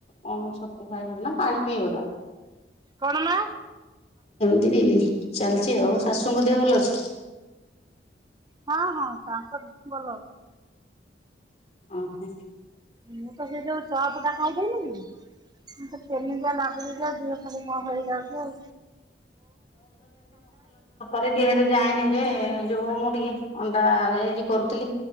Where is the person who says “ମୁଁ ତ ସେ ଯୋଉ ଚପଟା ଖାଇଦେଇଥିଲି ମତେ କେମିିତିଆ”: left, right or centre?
Right